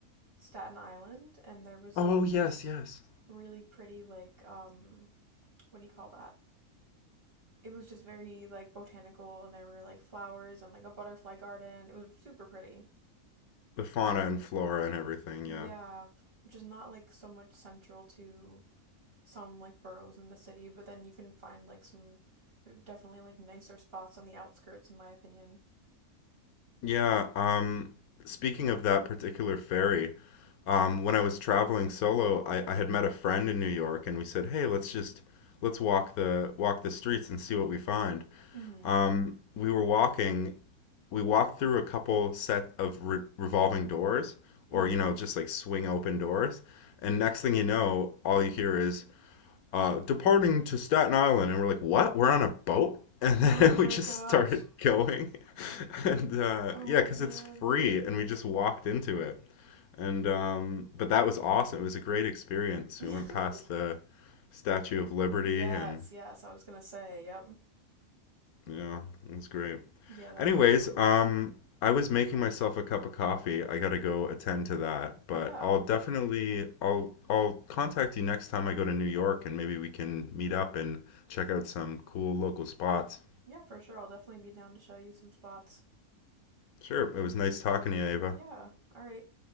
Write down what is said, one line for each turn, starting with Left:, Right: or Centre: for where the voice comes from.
Right: Staten Island and there was
Left: Oh
Right: like
Left: yes,
Right: this
Left: yes.
Right: really pretty like um what do you call that it was just very like botanical and there were like flowers and like a butterfly garden. It was super pretty.
Left: The fauna and flora and everything,
Right: Yeah,
Left: yeah.
Right: which is not like so much central to some like boroughs in the city, but then you can find like some definitely like nicer spots on the outskirts in my opinion.
Left: Yeah, um, speaking of that particular ferry, um, when I was traveling solo, I, I had met a friend in New York, and we said, "Hey, let's just let's walk the walk the streets and see what we find."
Right: Mhm.
Left: Um, we were walking, we walked through a couple set of re revolving doors,
Right: Mhm.
Left: or you know, just like swing open doors, and next thing you know, all you hear is uh, departing to Staten Island, and we're like, what? We're on a boat? And then
Right: Oh my
Left: <laughs> we just
Right: gosh.
Left: started going, <laughs> and uh,
Right: Oh
Left: yeah, because
Right: man.
Left: it's free, and we just walked into it. And um, but that was awesome. It was a great experience.
Right: <laughs>
Left: We went past the Statue of Liberty
Right: yes,
Left: and
Right: yes. I was going to say, yep.
Left: yeah, that's great.
Right: Yeah, that's
Left: Anyways,
Right: awesome.
Left: um, I was making myself a cup of coffee. I gotta go attend to that,
Right: Yeah.
Left: but I'll definitely I'll I'll contact you next time I go to New York and maybe we can meet up and check out some cool local spots.
Right: Yeah, for sure. I'll definitely be down to show you some spots.
Left: Sure, it was nice talking to you, Ava.
Right: Yeah. All right.